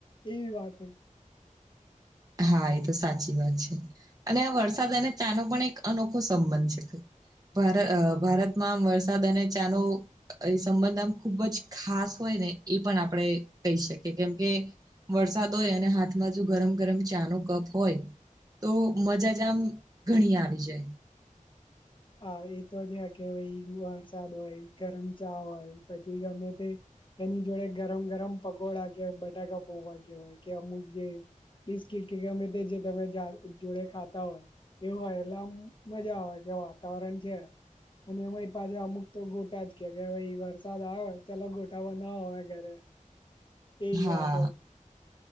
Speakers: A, on the left (about 35°); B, on the right (about 25°).
A: એવી વાત,
B: હા એ તો સાચી વાત છે અને આ વરસાદ અને ચા નો પણ એક અનોખો સંબંધ છે કઈ, ભાર અ ભારતમાં આમ વરસાદ અને ચા નું, એ સંબંધ આમ ખુબ જ ખાસ હોય ને એ પણ આપણે કહી શકીએ કેમ કે, વરસાદ હોય અને હાથમાં જો ગરમ ગરમ, ચા નો કપ હોય તો મજા જ આમ ઘણી આવી જાય.
A: હા એતો છે કે ભઈ વરસાદ હોય ગરમ ચા હોય પછી ગમે તે, એની જોડે ગરમ ગરમ પકોડા કે બટાકા પોવા કેવાય કે અમુક જે, બિસ્કીટ કે ગમે તે જે તમે જા જોડે ખાતા હોય. એવો એટલે આમ મજા આવે કે વાતાવરણ છે. અને એમાંય પાછા અમુક તો ગોટા જ કે <unintelligible> વરસાદ આવે ચલો ગોટા બનાવો હવે ઘરે,
B: <inaudible>
A: એવી
B: હા
A: વાતો,